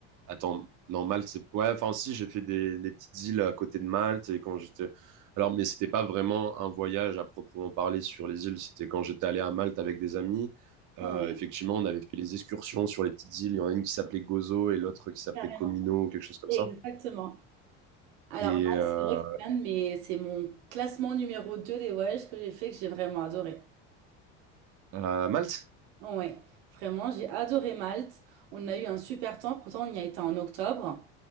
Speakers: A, on the right; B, on the right.
A: Attends, non, Malte, c'est... Ouais, enfin si, j'ai fait des les petites îles à côté de Malte et quand j'étais... Alors mais c'était pas vraiment un voyage à proprement parler sur les îles, c'était quand j'étais allé à Malte avec des amis.
B: Oui,
A: Euh, effectivement, on avait fait les excursions sur les petites îles. Il y en a une qui s'appelait Gozo et l'autre qui s'appelait
B: carrément.
A: Comino ou quelque chose comme
B: Exactement.
A: ça.
B: Alors,
A: Et
B: moi,
A: euh,
B: c'est vrai que c'est l'un de mes- c'est mon classement numéro 2 des voyages que j'ai fait que j'ai vraiment adoré.
A: à Malte?
B: Ouais, vraiment, j'ai adoré Malte. On a eu un super temps, pourtant on y a été en octobre.